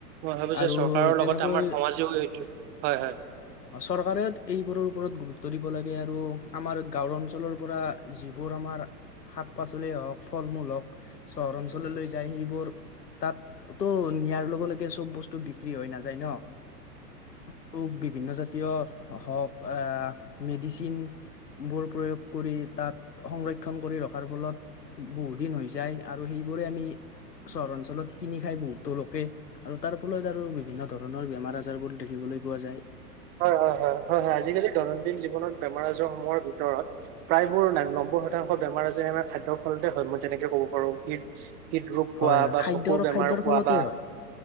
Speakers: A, on the right (about 20°); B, on the left (about 80°).
A: মই ভাবোঁ
B: আৰু
A: যে চৰকাৰৰ
B: তেনেকৈ
A: লগতে আমাৰ সমাজেও এইটো হয় হয়।
B: চৰকাৰে এইবোৰৰ ওপৰত গুৰুত্ব দিব লাগে আৰু আমাৰ গাঁওৰ অঞ্চলৰ পৰা যিবোৰ আমাৰ শাক পাচলিয় হওক ফল মূল হওক চহৰ অঞ্চললৈ যায় সেইবোৰ তাততো নিয়াৰ লগে লগে চব বস্তু বিক্ৰী হৈ নাযায় ন আৰু বিক বিভিন্ন জাতীয় হওক আ মেডিচিন বোৰ প্ৰয়োগ কৰি তাত সংৰক্ষণ কৰি ৰখাৰ ফলত বহু দিন হৈ যায় আৰু সেইবোৰে আমি চহৰ অঞ্চলত কিনি খাই বহুতো লোকে আৰু তাৰ ফলত আৰু বিভিন্ন ধৰণৰ বেমাৰ আজাৰবোৰ দেখিবলৈ পোৱা যায়।
A: হয় হয় হয় হয় হয় আজিকালি দৈনন্দিন জীৱনত বেমাৰ আজাৰ সমূহৰ ভিতৰত প্ৰায় মোৰ নব্বৈ শতাংশ বেমাৰ আজাৰে আমাৰ খাদ্যৰ ফলতে হয় মই তেনেকে ক'ব পাৰোঁ কি হৃদৰোগ কোৱা
B: হয় হয়
A: বা
B: খাদ্যৰ
A: চকুৰ বেমাৰ
B: খাদ্যৰ
A: কোৱা
B: ফলতে
A: বা
B: হয়